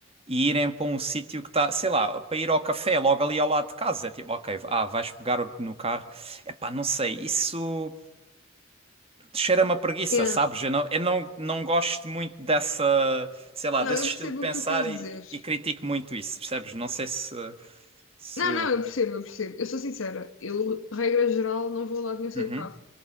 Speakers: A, on the right; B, on the left.
A: e irem para um sítio que está, sei lá, para ir ao café logo ali ao lado de casa. É tipo, ok, ah, vais pegar no carro. É pá, não sei, isso cheira-me a preguiça,
B: Yeah.
A: sabes? Eu não, eu não, não gosto muito dessa, sei lá,
B: Não,
A: desse
B: eu
A: estilo
B: percebo
A: de pensar
B: o que tu queres dizer.
A: e, e critico muito isso, percebes? Não sei se. se...
B: Não, não, eu percebo, eu percebo. Eu sou sincera. Eu, regra geral, não vou lá de nenhum sem
A: Uhum,
B: o carro.